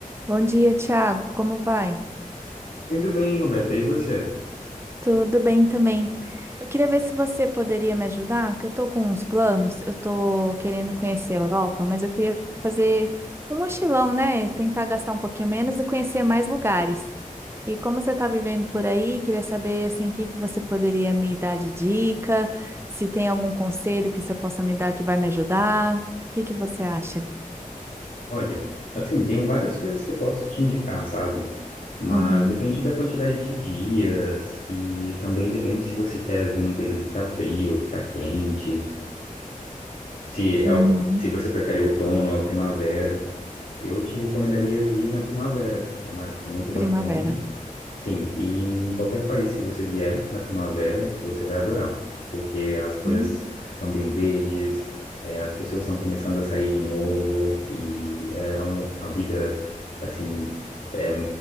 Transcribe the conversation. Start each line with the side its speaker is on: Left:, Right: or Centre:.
Right: Bom dia, Thiago. Como vai?
Left: Indo bem, Roberta. E você?
Right: Tudo bem também. Eu queria ver se você poderia me ajudar, que eu tô com uns planos. Eu tô querendo conhecer a Europa, mas eu queria fazer um mochilão, né? Tentar gastar um pouquinho menos e conhecer mais lugares. E como você tá vivendo por aí, queria saber assim, o que que você poderia me dar de dica, se tem algum conselho que você possa me dar que vai me ajudar. O que que você acha?
Left: Olha, assim, tem várias coisas que eu posso te indicar, sabe? Mas
Right: Uhum,
Left: depende da quantidade de dias e também depende se você quer vir num período que tá frio, que tá quente, se é
Right: uhum.
Left: o- se você prefere outono ou a primavera. Eu te recomendaria vir na primavera. É uma época muito bacana.
Right: Primavera.
Left: Sim, e em qualquer país que você vier na primavera, você vai adorar, porque as folhas
Right: Hum,
Left: estão bem verdes, eh, as pessoas estão começando a sair de novo, e é uma, a vida, assim, eh,